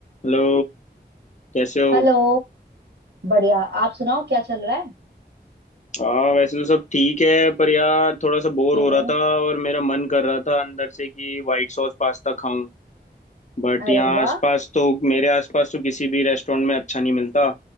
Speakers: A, on the left; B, on the right.
A: Hello कैसे हो
B: Hello बढ़िया आप सुनाओ क्या चल रहा है
A: हाँ वैसे तो सब ठीक है पर यार थोड़ा सा बोर
B: हम्म
A: हो रहा
B: हम्म,
A: था और मेरा मन कर रहा था अंदर से कि व्हाइट सॉस पास्ता खाऊं बट
B: अरे
A: यहाँ
B: वाह
A: आसपास तो मेरे आसपास तो किसी भी रेस्टोरेंट में अच्छा नहीं मिलता